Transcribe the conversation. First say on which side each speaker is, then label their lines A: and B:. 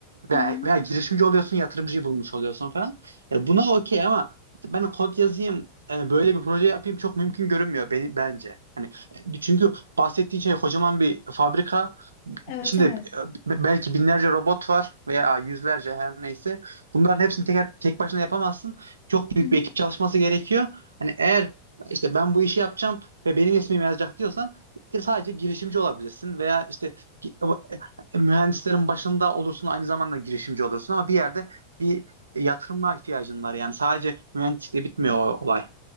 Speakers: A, on the right (about 75°); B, on the left (about 45°).
A: veya,
B: Hı hı.
A: veya girişimci oluyorsun, yatırımcıyı bulmuş oluyorsun falan. Ya buna okey ama ben kod yazayım, e, böyle bir proje yapayım çok mümkün görünmüyor beni, bence. Hani e, çünkü bahsettiğin şey kocaman bir fabrika
B: Evet
A: İçinde
B: evet.
A: e, belki binlerce robot var veya yüzlerce her neyse. Bunların hepsini tek tek başına yapamazsın. Çok büyük
B: Hı hı.
A: bir ekip çalışması gerekiyor. Hani eğer işte ben bu işi yapacağım ve benim ismim yazacak diyorsan işte sadece girişimci olabilirsin veya işte gi- e, e, mühendislerin başında olursun aynı zamanda girişimci olursun ama bir yerde bir yatırıma ihtiyacın var. Yani sadece mühendislikle bitmiyor o olay.